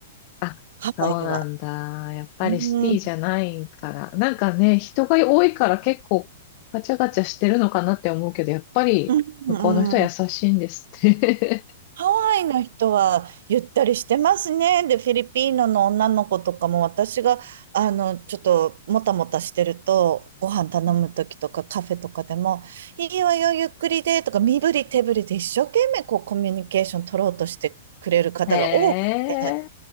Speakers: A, on the left; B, on the right.
A: あ、
B: ハワイは。
A: そうなんだ。やっぱりシティじゃないから。
B: うん、う
A: なんかね、人が多いから結構ガチャガチャしてるのかなって思うけど、やっぱり向こうの人は優しいんですね。
B: ん、うん。ハワイの人はゆったりしてますね。で、フィリピーノの女の子とかも私が、あの、ちょっともたもたしてると、ご飯頼むときとかカフェとかでも、いいわよ、ゆっくりで、とか、身振り手振りで一生懸命こうコミュニケーション取ろうとしてくれる方が多くて、
A: <laughs> へえ、